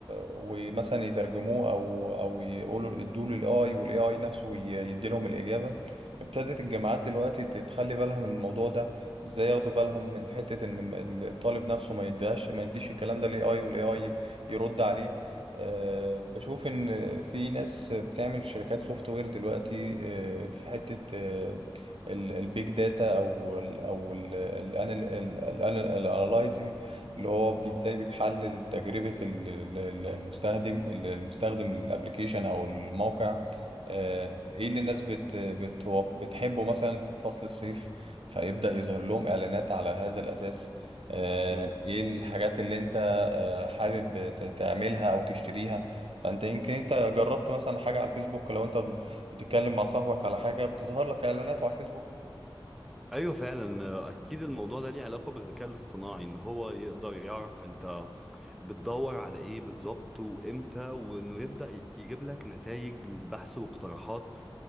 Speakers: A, on the right; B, in the centre.
A: ومثلا يترجموه او او يقولوا ادوه للاي والاي اي نفسه يدي لهم الاجابة ابتدت الجامعات دلوقتي تخلي بالها من الموضوع ده ازاي ياخدوا بالهم من حتة ان الطالب نفسه ما يديهاش ما يديش الكلام ده للاي اي والاي اي يرد عليه أه بشوف ان في ناس بتعمل شركات سوفت وير دلوقتي أه في حتة أه البيج داتا او ال او الانالايزنج اللي هو بي- ازاي بيحلل تجربة ال- ال- المستخدم المستخدم الابلكيشن او الموقع آه، ايه اللي الناس بت بتوف- بتحبه مثلا في فصل الصيف فيبدأ يظهر لهم اعلانات على هذا الاساس آه،
B: امم
A: ايه الحاجات اللي انت آه، حابب ت- تعملها او تشتريها فانت يمكن انت جربت مثلا حاجة على الفيسبوك لو انت ب- بتتكلم مع صاحبك على حاجة بتظهر لك اعلانات على الفيسبوك
B: ايوه فعلا آه، اكيد الموضوع ده ليه علاقه بالذكاء الاصطناعي ان هو يقدر يعرف انت بتدور على ايه بالظبط وامتى وانه يبدا يجيب لك نتائج البحث واقتراحات